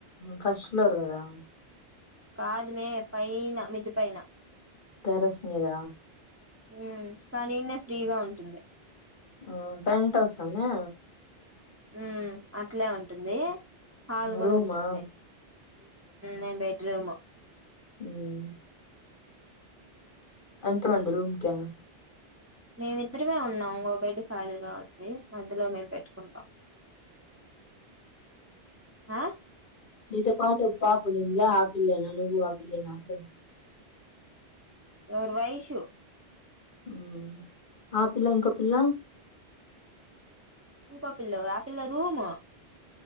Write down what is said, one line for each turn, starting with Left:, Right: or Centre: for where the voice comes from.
Left: ఫస్ట్ ఫ్లోర్ కదా
Right: కాదు మే పైన మిద్ది పైన
Left: టెర్రస్ మీద
Right: హమ్ కానీ ఇడ్నీ ఫ్రీగా ఉంటుంది
Left: హమ్ పెంట్ హౌసా మే
Right: హమ్ అట్లే ఉంటుంది హాల్ కూడా
Left: రూమా
Right: ఉంటుంది మేము బెడ్రూమ్
Left: హమ్ ఎంత మంది రూమ్ కే
Right: మేమిద్దరమే ఉన్నాం ఇంగో బెడ్ ఖాళీగా ఉంది మధ్యలో మేము పెట్టుకుంటాం ఆ
Left: నీతో పాటు ఒక పాపు ఉన్నీన్ల ఆ పిల్లెన ను్వు ఆపిల్లేనా అంటన
Right: ఓర్ వైషు
Left: హమ్ ఆ పిల్ల ఇంకో పిల్ల
Right: ఇంకో పిల్ల ఓరు ఆహ్ పిల్ల రూము